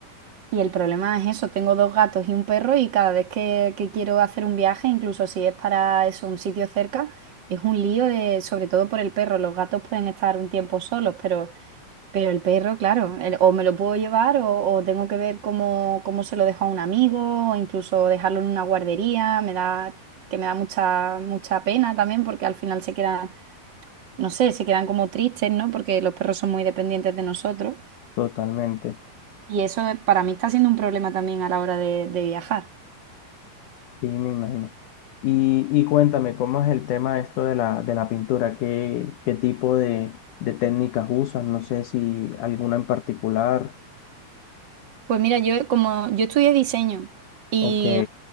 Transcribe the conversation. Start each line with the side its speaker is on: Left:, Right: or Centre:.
Right: Y el problema es eso, tengo dos gatos y un perro y cada vez que, que quiero hacer un viaje, incluso si es para eso, un sitio cerca, es un lío de, sobre todo por el perro. Los gatos pueden estar un tiempo solos, pero, pero el perro, claro, el- o me lo puedo llevar o, o tengo que ver cómo, cómo se lo dejo a un amigo, o incluso dejarlo en una guardería, me da, que me da mucha, mucha pena también, porque al final se quedan, no sé, se quedan como tristes, ¿no? Porque los perros son muy dependientes de nosotros.
Left: totalmente.
Right: Y eso eh, para mí está siendo un problema también a la hora de, de viajar.
Left: Sí, me imagino. Y, y cuéntame, ¿cómo es el tema esto de la, de la pintura? ¿Qué, qué tipo de, de técnicas usas? No sé si alguna en particular.
Right: Pues mira, yo eh, como yo estudié diseño y
Left: Ok,